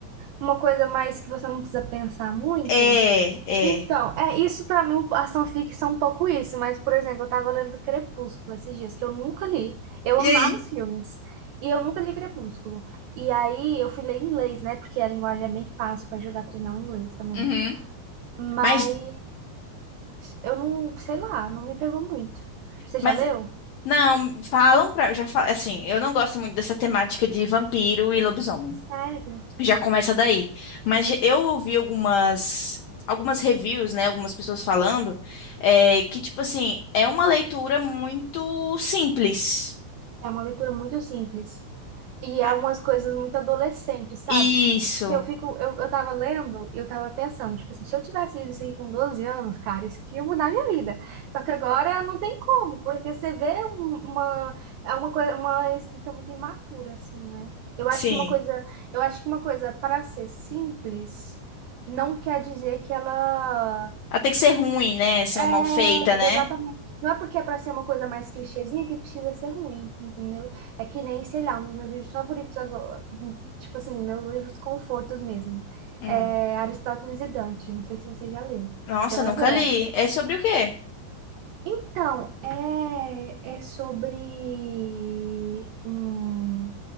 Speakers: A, on the right; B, on the left.
A: Uma coisa mais que você não precisa pensar muito.
B: É, é.
A: Então, é isso pra mim, a fanfics são um pouco isso, mas por exemplo, eu tava lendo Crepúsculo esses dias, que eu nunca li. Eu amava
B: E aí?
A: os filmes. E eu nunca li Crepúsculo. E aí eu fui ler em inglês, né? Porque a linguagem é bem fácil pra ajudar a treinar o inglês também.
B: Uhum.
A: Mas
B: Mas,
A: eu não, sei lá, não me pegou muito. Você já
B: mas,
A: leu?
B: não, falam pra, já fa- assim, eu não gosto muito dessa temática de vampiro e lobisomem.
A: Sério?
B: Já começa daí. Mas eu ouvi algumas algumas reviews, né? Algumas pessoas falando é, que, tipo assim, é uma leitura muito simples.
A: É uma leitura muito simples. E
B: Ah,
A: é umas coisas muito adolescentes, sabe?
B: Isso,
A: Que, que eu fico, eu, eu tava lendo e eu tava pensando, tipo assim, se eu tivesse lido isso aqui com 12 anos, cara, isso aqui ia mudar a minha vida. Só que agora não tem como, porque você vê um- uma, é uma coisa, uma escrita muito imatura, assim, né? Eu
B: sim.
A: acho que uma coisa, eu acho que uma coisa para ser simples não quer dizer que ela
B: Ela tem que ser ruim, né? Assim,
A: É,
B: ou mal feita, né?
A: exatamente. Não é porque é pra ser uma coisa mais clichêzinha que precisa ser ruim, entendeu? É que nem, sei lá, um dos meus livros favoritos agora, tipo assim, meus livros confortos mesmo.
B: Hum.
A: É Aristóteles e Dante, não sei se você já leu.
B: Nossa,
A: Eu adoro.
B: nunca li. É sobre o quê?
A: Então, é, é sobre um